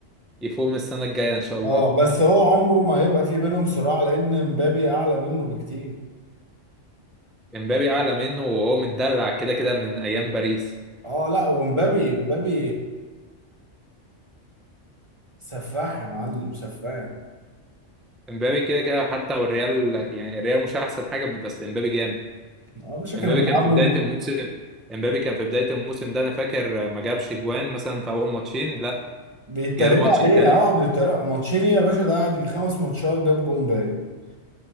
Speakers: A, in the centre; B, on the right.
A: يفوق السنه الجايه ان شاء الله
B: اه بس هو عمره ما هيبقى في بينهم صراع لأن مبابي أعلى منه بكتير
A: امبابي اعلى منه وهو متدلع كده كده من ايام باريس
B: اه لا ومبابي مبابي سفاح يا معلم سفاح
A: امبابي كده كده حتى والريال يعني الريال مش احسن حاجه بس امبابي جامد
B: اه يا باشا
A: امبابي
B: كانوا بيلعبوا
A: كان في بداية الموسم امبابي كان في بداية الموسم ده انا فاكر ما جابش جوان مثلا في اول ماتشين لا
B: بيتريقوا
A: جه الماتش التالت
B: عليه اه قعدوا يتريقوا ماتشين يا باشا ده قعد يجي خمس ماتشات جاب جون باين